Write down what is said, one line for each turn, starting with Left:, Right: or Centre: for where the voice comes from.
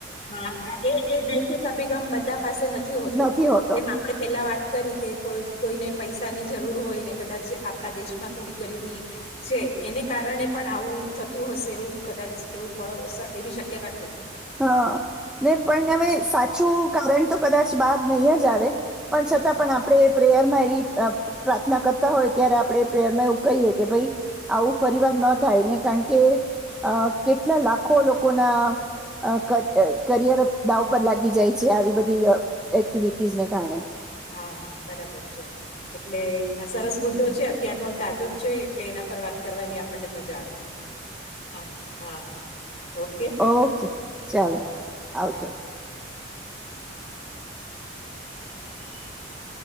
Left: હા, હા એ એ નૈતિક અભિગમ બધા પાસે નથ થી હતો.
Centre: નથી હોતો
Left: જેમ આપણે પેલા વાત કરી કે કોઈ કોઈને પૈસાની જરૂર હોય ને કદાચ આપણા દેશમાં થોડી ગરીબી છે, એને કારણે પણ આવ વું થતું હશે એવું કદાચ એવું પણ સ એવી શક્યતા ખરી.
Centre: હા ને પણ હવે સાચું કારણ તો કદાચ બાર નહી જ આવે. પણ
Left: હમ
Centre: છતાં પણ આપડે પ્રેયર માં એવી અહ પ્રાર્થના કરતા હોય ત્યારે આપણેે પ્રેયર માં એવું કહીએ કે ભઈ આવું ફરી વાર ન થાય ને કારણ કે અહ કેટલા લાખો લોકોના અહ ક અહ કરિયર દાવ પર લાગી જાય છે આવી બધી અહ એક્ટિવિટીઝને કારણે.
Left: હા, હા બરાબર છે. એટલે આ સરસ મુદ્દો છે અત્યારનો તાજો જ છે એટલે એના પર વાત કરવાની આપને મજા આવી. હા, હા, હા. ઓકે,
Centre: ઓકે ચાલો
Left: હા,
Centre: આવજો
Left: હા. <inaudible>